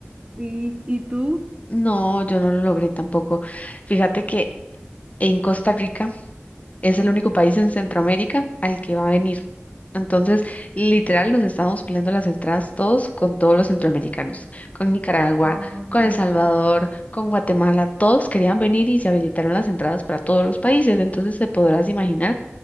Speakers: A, on the right; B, on the left.
A: Y, ¿y tú?
B: No, yo no lo logré tampoco. Fíjate que en Costa Rica es el único país en Centroamérica al que va a venir. Entonces, literal, nos estábamos peleando las entradas todos con todos los centroamericanos, con Nicaragua,
A: No,
B: con
A: me
B: El
A: imagino.
B: Salvador, con Guatemala. Todos querían venir y se habilitaron las entradas para todos los países. Entonces, te podrás imaginar